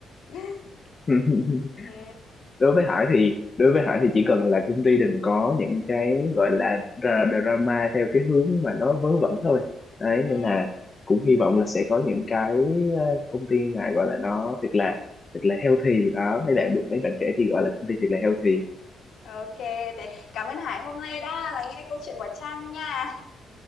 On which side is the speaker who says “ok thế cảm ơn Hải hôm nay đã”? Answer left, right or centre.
Left